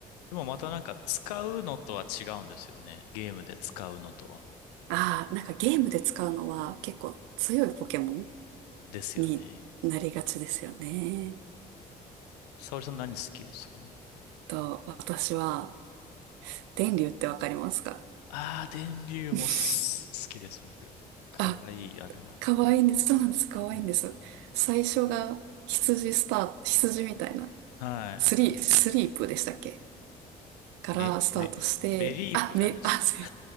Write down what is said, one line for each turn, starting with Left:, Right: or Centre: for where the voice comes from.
Left: でもまたなんか使うのとは違うんですよね。ゲームで使うのとは。
Right: ああ、なんかゲームで使うのは結構強いポケモン
Left: ですよね。
Right: になりがちですよね。
Left: 沙織さん何好きですか
Right: と、私は、電流ってわかりますか
Left: ああー、電流もす好きです、
Right: <laughs>
Left: 僕。かわいい、
Right: あ、
Left: あれは。
Right: 可愛いんです。そうなんです。可愛いんです。
Left: うん
Right: 最初が羊スタート、羊みたいな、
Left: はい。
Right: スリー、スリープでしたっけからスタートして、
Left: メ、メ、メリープじゃないですか。
Right: あ、め、あ、す